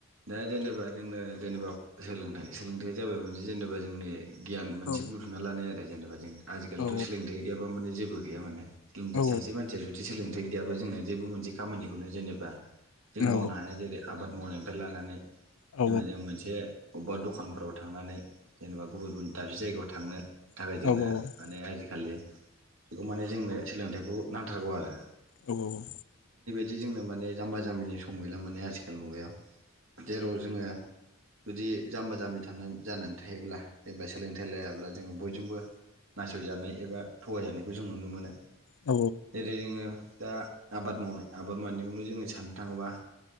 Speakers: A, on the right; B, on the left.
A: दा जेनेबा जोंनो जेनेबा सोलोंथाइ सोलोंथाइया जाबाय मोनसे जेनेबा जोंनि गियान मोनसे
B: औ
A: बुथुमना लानाय आरो जेनेबा जों आजिलिथ'
B: औ
A: सोलोंथाइ गैयाबा माने जेबो गैया माने। खिनथु
B: औ
A: सासे मानसिया जुदि सोलोंथाइ गैयाबा जोङो जेबो मोनसे खामानिखौनो जेनेबा जों
B: औ
A: मावनो हाया जेरै आबाद मावनायनिफ्राय लानानै
B: औ
A: जेनबा जों मोनसे बबेबा दखानफोराव थांनानै जेनेबा गुबुन दाबसे जायगायाव थांनो थाखाय
B: औ
A: जोंनो माने आजिखालि <inaudible> बेखौ माने जोंनो सोलोंथाइखौ नांथारगौ आरो
B: औ औ औ
A: बि जोंनो मानेाम्बा जाम्बिनि सम गैला माजि खालि मुगायाव जेराव जोङो जुदि जाम्बा जाम्बि थानान जानानै थायोब्ला जेनेबा सोलोंथाइ लायाब्ला जोङो बयजोंबो ना सयजानाय एबा थगायजानायखौ जों नुनो मोनो
B: औ
A: जेरै जोंङो दा आबाद मावनाय आबाद मावनायावनो जोङो साननो थाङोबा